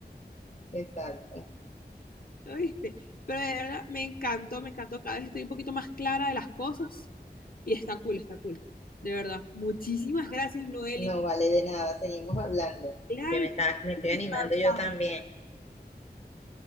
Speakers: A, on the left; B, on the left.
A: Exacto.
B: ¿viste? Pero de verdad, me encantó, me encantó. Cada vez estoy un poquito más clara de las cosas. Y está cool, está cool. De verdad. Muchísimas gracias, Noel.
A: No
B: Y
A: vale de nada, seguimos hablando.
B: claro,
A: Que me
B: yo
A: está, me estoy
B: te invito
A: animando
B: a dar
A: yo
B: pan.
A: también.